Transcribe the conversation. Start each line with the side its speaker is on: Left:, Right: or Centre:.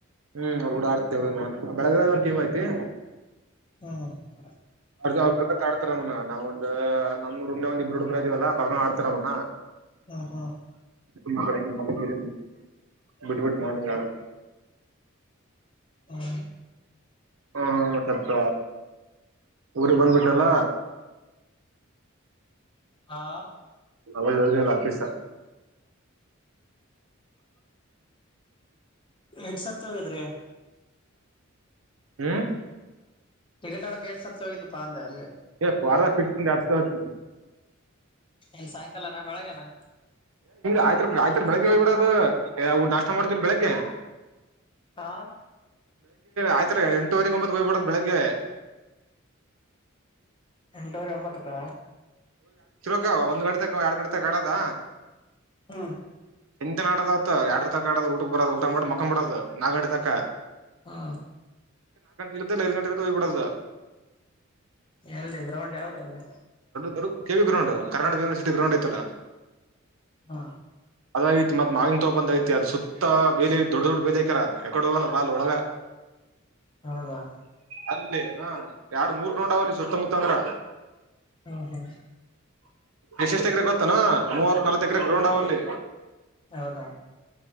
Right: ಹ್ಮ್ ಅ ಕೂಡ ಆಡ್ತ ಹ ನಾನ್ ಬೆಳಗ್ಗೆದ ಒಂದ ಟೀಮ ಐತಿರಿ
Left: ಹ್ಮ
Right: ಅವ್ರ ಅವ್ ಕತ ಆಡ್ತಾರಮ್ಮನ ನಾವ ಒಂದ ನಮ್ಮ ರುಮ್ ಒಂದ ಇಬ್ಬರು ಹಡುಬ್ರ ಇದಿವವಲ್ಲ ಕರ್ಕೊಂಡ್ ಆಡ್ತಾರಮ್ಮನ
Left: ಹ್ಮ್ ಹ್ಮ್
Right: ನಿಮ್ಮ ಕಡೆ ಮನೆ ಬಿಟ್ಬಿಟ್ಟು ನಾನಡ
Left: ಹೌ
Right: ಹ್ಮ ಸ್ವಲ್ಪ ಊರು ಬಂದ್ಬಿಟ್ಟನಲ್ಲ
Left: ಹಾ
Right: ಅವಳಲ್ಲ ಆಫೀಸ
Left: ಎಡ್ ಸರ್ತವೆ ಅದ್ರಿ
Right: ಹ್ಮ
Left: ಟಿಕಟ್ ಆಡಕ್ ಎಡ್ ಸರ್ ಹೋಗತ್ತುಪ್ಪ ಅಂದೆ ಅಲ್ಲಿ
Right: ಏ ವಾರದಾಗ ಫಿಕ್ಸ್ ಒಂದ್ ಎರಡ್ ಸಲ ಹೋಗ್ತೀನಿ
Left: ಎನ್ ಸಾಯಂಕಾಲ ನಾ ಬೆಳಗನಾ
Right: ಆಯ್ತ ಆಯ್ತತ್ರ ಬೆಳಗ್ಗೆ ಹೋಗ್ ಬಿಡದು ಊ ನಾಷ್ಟ ಮಾಡ್ತ್ರ ಬೆಳಗ್ಗೆ
Left: ಹಾ
Right: ಆಯ್ತ ಎಂಟುವರೆಗೆ ಒಂಬತ್ತು ಹೋಗ್ ಬಿಡ್ ಬೆಳಗ್ಗೆ
Left: ಎಂಟೂವರೆ ಒಂಬತ್ತಕ್ಕ
Right: ಈಗ ಒಂದ್ ಗಂಟೆಗ ಎರಡ್ ಗಂಟೆ ತಗ ಆಡದ
Left: ಹಾ
Right: ಎಂತ ನಾಡದವತ್ ಯಡ್ರ ತಕ ಆಡದ ಊಟಕ್ ಬರೋದ ಊಟ ಮಾಡಿ ಮಕೊಂಡ್ ಬಿಡೋದು ನಾಗಾಡ್ಡಿ ತಕ
Left: ಹಾ
Right: ಇಡಲ್ಲ ಐದು ಗಂಟೆಗೆ ತೋಬಡದ
Left: ಎಲ್ಲಿ ಗ್ರೌಂಡ್ ಯಾವ್ದ ಅಲ್ಲಿ
Right: ಅವ K V ground Karnataka university ground ಐತಲ್ಲ
Left: ಹಾ
Right: ಅದ ಐತಿ ಮತ್ ಮಾಗನ್ ತೋಂತ ಐತಿ ಅದು ಸುತ್ತ ಮತ್ತ ಬೇಲಿ ದೊಡ್ಡ ದೊಡ್ ಬೇಲಿ ಆಕರ ಎಕಡೆ ಹೋಗಲ್ಲ ಬಾಲ್ ಒಳಗ
Left: ಹೌದಾ
Right: ಅ ಎರಡು ಮೂರ್ ಗೌಂಡಲಿ ಸುತ್ತಮುತ್ತ ಅಂದ್ರ
Left: ಹ್ಮ ಹ್ಮ
Right: ಎಷ್ಟ ಎಷ್ಟ್ ಎಕರೆ ಗೊತ್ತನಾ ಮೂವತ್ ನಾಲ್ತ್ ಎಕರೆ ಗ್ರೌಂಡ್ ಅವಲ್ಲಿ
Left: ಹೌದಾ